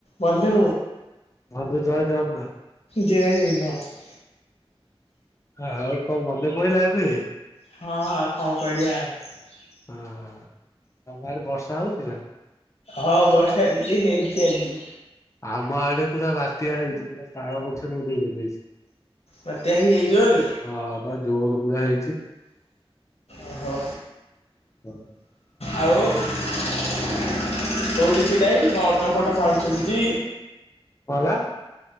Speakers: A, on the left; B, on the left.
A: ବନ୍ଧୁ
B: ବନ୍ଧୁ ଜୟ ଜଗନ୍ନାଥ
A: ଜୟ ଜଗନ୍ନାଥ
B: ଆଉ କଣ ମନେ ପଡିଲା ଏବେ
A: ହଁଁ କଣ କରିବା ଆଉ।
B: ହଁ ତମ ଆଡେ ବର୍ଷା ହଉଛି ନା।
A: ହଁ ବର୍ଷା ଟିକେ ହେଇଛି ଆଜି।
B: ଆମ ଆଡେ ପୁରା ବାତ୍ୟା ହେଇଚି ପୁରା ତାଳ ଗଛ ପୁରା ଉଡେଇ ପକେଇଛି।
A: ବାତ୍ୟା ହେଇ ହେଇ ଜୋରେ
B: ହଁ ବା ଜୋର ପୁରା ହେଇଚି।
A: ଓହୋ
B: <inaudible>
A: ଆଉ କୋଉଠି? ଛିଡ଼ା ହେଇଚି କଣ ଅଟ ଫଟ ସାଉଣ୍ଡ ଶୁଭୁଚି
B: କଣ ହେଲା?